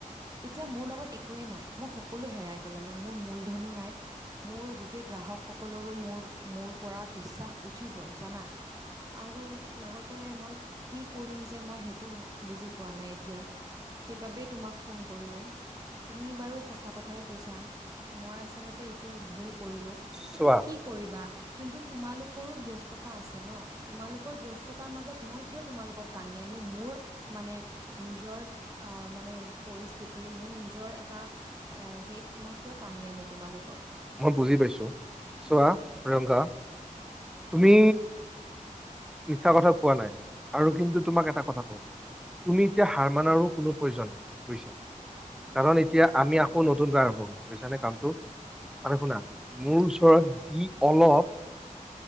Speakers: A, on the right; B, in the centre.
A: এতিয়া মোৰ লগত একোৱেই নাই। মই সকলো হেৰাই পেলালো। মোৰ মূলধনো নাই মোৰ গোটেই গ্ৰাহক সকলৰো মোৰ মোৰ পৰা বিশ্বাস উঠি গ'ল জানা। আৰু লগতে মই কি কৰিম যে মই সেইটো বুজি পোৱা নাই এতিয়া। সেইবাবেই তোমাক ফোন কৰিলো। তুমি বাৰু সঁচা কথাই কৈছা। মই আচলতে এইটো ভুল কৰিলো, কিন্তু
B: চোৱা
A: কি কৰিবা কিন্তু তোমালোকৰো ব্যস্ততা আছে ন? তোমালোকৰ ব্যস ততাৰ মাজত মই কিয় তোমালোকক টানি আনো মোৰ মানে নিজৰ আহ মানে পৰিস্থিতি মোৰ নিজৰ এটা এ সেই মই কিয় টানি আনো তোমালোকক।
B: মই বুজি পাইছো চোৱা প্ৰিয়ংকা তুমি ইচ্ছা কথা কোৱা নাই আৰু কিন্তু তোমাক এটা কথা কওঁ তুমি এতিয়া হাৰ মানাৰো কোনো প্ৰয়োজন নাই বুইছা। কাৰণ এতিয়া আমি আকৌ নতুনকৈ আৰম্ভ কৰিম বুইছা নে কামটো? মানে শুনা, মোৰ ওচৰত যি অলপ